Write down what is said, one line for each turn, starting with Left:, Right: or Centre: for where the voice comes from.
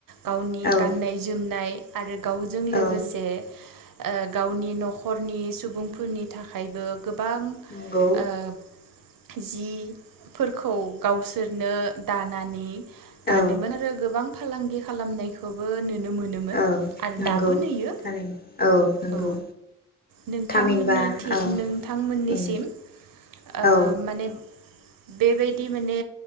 Right: गावनि
Left: औ
Right: गाननाय जोमनाय। आरो। गावजों लोगोसे।
Left: औ
Right: ओ गावनि न'खरनि सुबुंफोरनि थाखायबो। गोबां
Left: नंगौ
Right: ओ। जिफोरखौ गावसोरनो दा। नानि। गानोमोन
Left: औ
Right: आरो गोबां। फालांगि खालामनायखौबो नु। नुनो मोनोमोन
Left: औ
Right: आरो
Left: नंगौ
Right: दाबो नोयो
Left: थारैनो नंगौ
Right: औ नोंथांमोननिथि
Left: थामहिनबा औ
Right: नोंथांमोननिसिम
Left: उम
Right: ओ
Left: औ
Right: माने। बेबायदि माने